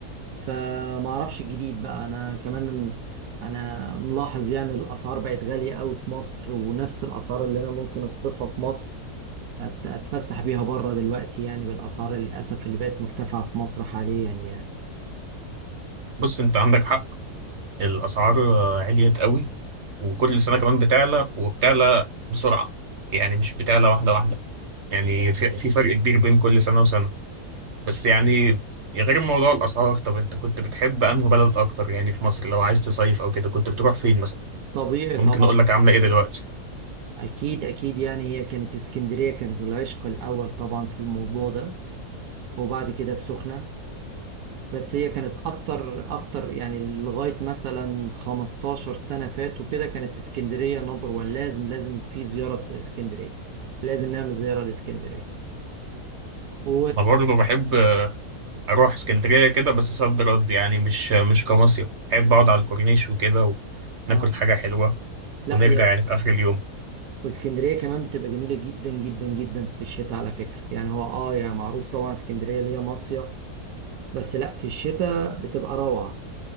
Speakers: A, on the right; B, on the right.
A: فما أعرفش الجديد بقى أنا كمان أنا ملاحظ يعني الأسعار بقت غالية أوي في مصر ونفس الأسعار اللي أنا ممكن أصرفها في مصر أت- أتفسح بيها بره دلوقتي يعني بالأسعار للأسف اللي بقت مرتفعة في مصر حاليا يعني
B: بص انت عندك حق الأسعار آه، عليت قوي وكل سنة كمان بتعلى وبتعلى بسرعة يعني مش بتعلى واحدة واحدة يعني في في فرق كبير بين كل سنة وسنة بس يعني غير موضوع الأسعار طب أنت كنت بتحب أنه بلد أكتر يعني في مصر لو عايز تصيف أو كده كنت بتروح فين مثلا
A: طبيعي
B: ممكن
A: طبعا
B: أقول لك عاملة إيه دلوقتي
A: أكيد أكيد يعني هي كانت اسكندرية كانت العشق الأول طبعا في الموضوع ده وبعد كده السخنة بس هي كانت أكتر أكتر يعني لغاية مثلا 15 سنة فاتوا كده كانت اسكندرية نمبر وان لازم لازم في زيارة س- اسكندرية لازم نعمل زيارة لاسكندرية و
B: أنا برضه بحب أروح اسكندرية كده بس صد رد يعني مش مش كمصيف بحب أقعد على الكورنيش وكده وناكل
A: آه
B: حاجة حلوة
A: لا
B: ونرجع
A: هي
B: يعني في آخر اليوم
A: واسكندرية كمان بتبقى جميلة جدا جدا جدا في الشتاء على فكرة يعني هو آه يعني معروف طبعا اسكندرية اللي هي مصيف بس لا في الشتاء بتبقى روعة